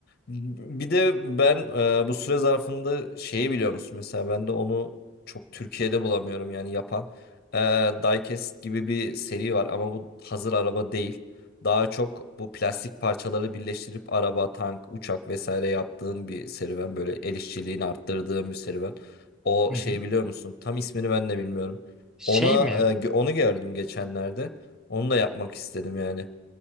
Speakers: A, on the left (about 45°); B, in the centre.
A: Bir de ben e, bu süre zarfında şeyi biliyor musun mesela ben de onu çok Türkiye'de bulamıyorum yani yapan. E, Diecast gibi bir seri var ama bu hazır araba değil. Daha çok bu plastik parçaları birleştirip araba, tank, uçak vesaire yaptığın bir serüven. Böyle el işçiliğini arttırdığın bir serüven. O
B: Hı
A: şeyi
B: hı.
A: biliyor musun? Tam ismini ben de bilmiyorum.
B: Şey
A: Ona
B: mi?
A: e, gö- onu gördüm geçenlerde. Onu da yapmak istedim yani.